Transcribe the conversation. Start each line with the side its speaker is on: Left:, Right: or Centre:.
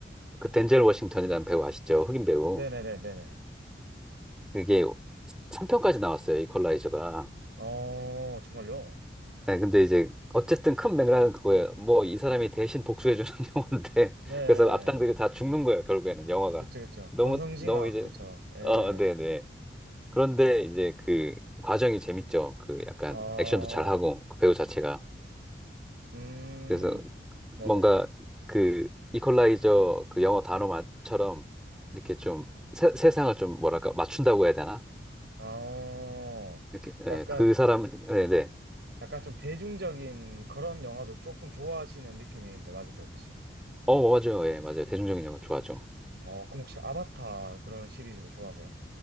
Centre: 그 덴젤 워싱턴이라는 배우 아시죠? 흑인 배우.
Right: 네네네네네.
Centre: 그게 3편까지 나왔어요. 이퀄라이저가.
Right: 어, 정말요?
Centre: 네, 근데 이제 어쨌든 큰 맥락은 그거예요. 뭐 이 사람이 대신 복수해주는 <laughs> 영화인데.
Right: 네.
Centre: 그래서 악당들이 다 죽는 거예요. 결국에는 영화가.
Right: 그쵸, 그쵸.
Centre: 너무,
Right: 권성징악,
Centre: 너무 이제,
Right: 그쵸. 예.
Centre: 어, 네네. 그런데 이제 그 과정이 재밌죠. 그 약간
Right: 아,
Centre: 액션도 잘하고 그 배우 자체가.
Right: 음,
Centre: 그래서
Right: 네네.
Centre: 뭔가 그 이퀄라이저 그 영어 단어처럼 이렇게 좀 세, 세상을 좀 뭐랄까 맞춘다고 해야 되나?
Right: 아,
Centre: 이렇게 예,
Right: 약간,
Centre: 그 사람 네네.
Right: 약간 좀 대중적인 그런 영화도 조금 좋아하시는 느낌이 있는데, 맞으세요, 혹시?
Centre: 어 어, 맞아요. 예, 맞아요. 대중적인 영화 좋아하죠.
Right: 어, 그럼 혹시 아바타 그런 시리즈도 좋아하세요?